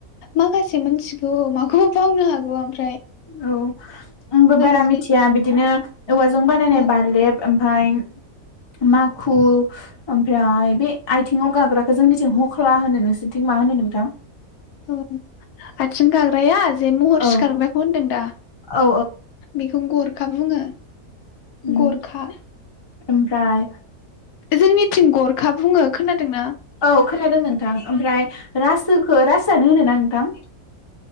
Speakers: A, on the left; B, on the left.
A: माखासे मोनथिगौ थ' माबखौबा बावनो हागौ आं
B: औ आंबो बारा
A: जि
B: मिथिया बिदिनो औवाजों बानायनाय
A: ओ
B: बारलेब ओमफ्राय माखु ओमफ्राय बे आथिंआव गाग्रा जोंनिथिं हखाला होनो नोंसोरनिथिं मा होनो नोंथां
A: अ आथिं गाग्रााया बे महर
B: औ
A: सिखारग्राखौ होनदों दा
B: औ
A: बेखौ गर गरखा बुङो
B: उम
A: गरखा
B: ओमफ्राय
A: जोंनिथिं गरखा बुङो खोनादोंना
B: औ खोनादों नोंथां ओमफ्राय रासोखौ रासोआनो होनो ना नोंथां